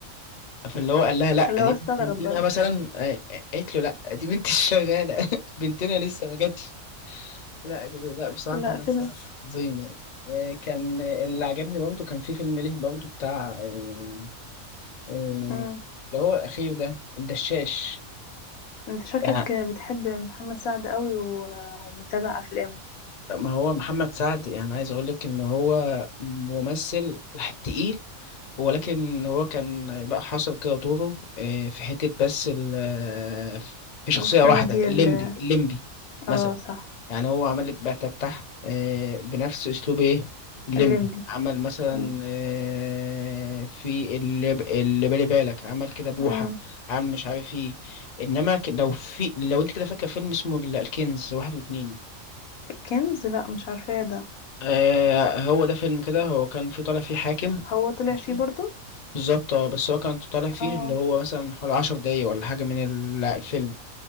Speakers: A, on the left (about 45°); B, on the left (about 80°).
A: فاللي هو قال لها لا
B: اللي
A: دي
B: هو استغرب
A: بنتنا
B: بقى
A: مثلا آه، آه، قالت له لا دي بنت الشغاله <laughs> بنتنا لسه ما جاتش لا لا بصراحة
B: لا
A: محمد
B: فيلم
A: سعد عظيم يعني آه، كان آه، اللي عجبني برضو كان في فيلم ليه برضو بتاع آه، آه،
B: مم.
A: اللي هو الأخير ده الدشاش
B: انت شكلك
A: يعني
B: بتحب محمد سعد قوي و... ومتابع افلامه
A: ما هو محمد سعد يعني عايز أقول لك إن هو ممثل تقيل ولكن هو كان بقى حاصر كده دوره آه، في حتة بس ال- آه، في شخصية
B: الكوميديا
A: واحدة الليمبي
B: ال...
A: الليمبي مثلا
B: اه صح
A: يعني هو عمل لك بقى تفتح آه، بنفس اسلوب ايه الليمبي
B: الليمبي
A: عمل مثلا
B: مم.
A: آه، في اللي, اللي بالي بالك عمل كده بوحة
B: مم.
A: عمل مش عارف ايه انما ك- لو في لو انت كده فاكر فيلم اسمه ال- الكنز واحد واتنين
B: كنز لا مش عارفاه ده
A: آه هو ده فيلم كده هو كان في طالع فيه حاكم
B: هو طلع
A: ماشي
B: فيه برضو
A: بالظبط اه بس هو كان طالع فيه
B: اه
A: اللي هو مثلا حوالي عشر دقايق ولا حاجة من ال- الفيلم